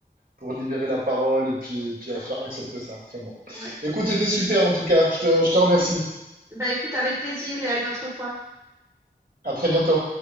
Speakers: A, on the right (about 55°); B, on the right (about 15°).
A: pour libérer la parole et puis, et puis à faire accepter ça. Enfin bon.
B: ouais.
A: Écoute, c'était super en tout cas. Je te, je te remercie.
B: Oui. Bah écoute, avec plaisir et à une autre fois.
A: À très bientôt.